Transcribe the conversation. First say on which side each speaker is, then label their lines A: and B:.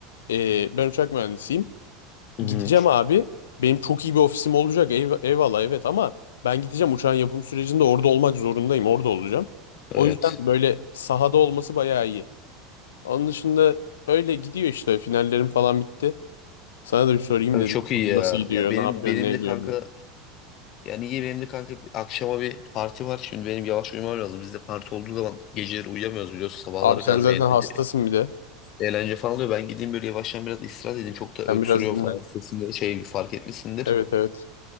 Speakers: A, on the left; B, on the left.
A: Ee, ben uçak mühendisiyim.
B: Hı
A: Gideceğim
B: hı.
A: abi. Benim çok iyi bir ofisim olacak. eyv- eyvallah evet ama ben gideceğim uçağın yapım sürecinde orada olmak zorundayım. Orada olacağım.
B: Evet.
A: O yüzden böyle sahada olması bayağı iyi. Onun dışında öyle gidiyor işte. Finallerim falan bitti. Sana da bir sorayım
B: Evet,
A: dedim.
B: çok iyi
A: Nasıl
B: ya.
A: gidiyor?
B: Ya benim
A: Ne yapıyorsun?
B: benim
A: Ne
B: de
A: ediyorsun?
B: kanka
A: diye.
B: Yani iyi benim de kanka akşama bir parti var. Şimdi benim yavaş uyumam lazım. Bizde parti olduğu zaman geceleri uyuyamıyoruz biliyorsun. Sabahlara
A: Abi sen
B: kadar
A: zaten
B: bir eğlence,
A: hastasın bir de.
B: eğlence falan oluyor. Ben gideyim böyle yavaştan biraz istirahat edeyim. Çok da öksürüyorum
A: Sen biraz dinlen.
B: falan sesinde şey fark etmişsindir.
A: Evet evet.